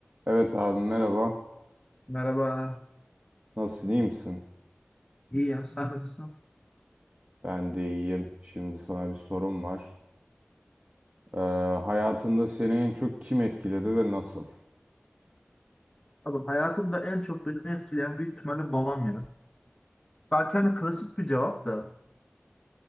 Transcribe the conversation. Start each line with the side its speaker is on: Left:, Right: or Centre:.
Right: Evet abi merhaba.
Left: Merhaba.
Right: Nasılsın iyi misin?
Left: İyi ya. Sen nasılsın?
Right: Ben de iyiyim. Şimdi sana bir sorum var. Ee, hayatında seni en çok kim etkiledi ve nasıl?
Left: Abi hayatımda en çok beni etkileyen büyük ihtimalle babam ya. Belki hani klasik bir cevap da.